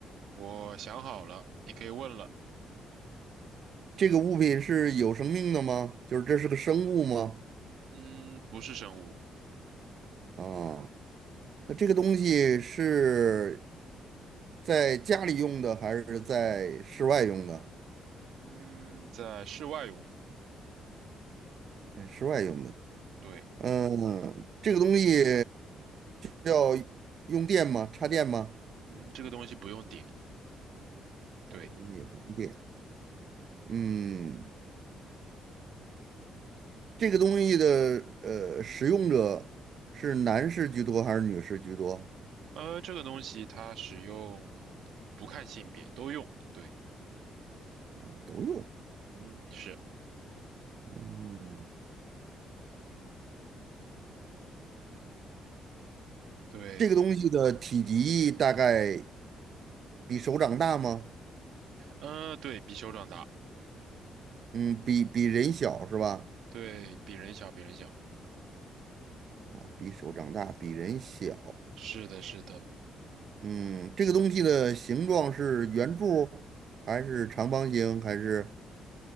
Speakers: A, on the right (about 75°); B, on the right (about 55°).
A: 我想好了，你可以问了。
B: 这个物品是有生命的吗？就是这是个生物吗？
A: 嗯，不是生物。
B: 啊，那这个东西是在家里用的还是在室外用的？
A: 嗯，在室外用的，
B: 在室外用的。
A: 对，
B: 嗯，这个东西要用电吗？插电吗？
A: 嗯，这个东西不用点，对，
B: 啊，这个东西也不用电。嗯，这个东西的呃使用者是男士居多还是女士居多？
A: 呃，这个东西它使用不看性别都用，对，
B: 啊，都用。
A: 嗯，是，
B: 嗯，
A: 对，
B: 这个东西的体积大概比手掌大吗？
A: 呃，对，比手掌大，
B: 嗯，比比人小是吧？
A: 对，比人小，比人小，
B: 哦，比手掌大，比人小。
A: 是的，是的，
B: 嗯，这个东西的形状是圆柱还是长方形还是